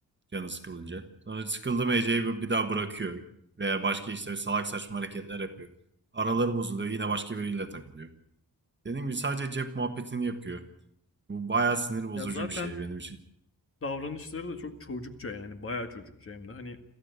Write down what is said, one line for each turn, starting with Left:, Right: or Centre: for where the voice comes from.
Right: canı sıkılınca. Sonra sıkıldı mı Ece'yi bir bir daha bırakıyor. Veya başka işte salak saçma hareketler yapıyor. Araları bozuluyor yine başka biriyle takılıyor. Dediğim gibi sadece cep muhabbetini yapıyor. Bu bayağı sinir bozucu
Left: Ya zaten
Right: bir şey benim için.
Left: davranışları da çok çocukça yani bayağı çocukça hem de hani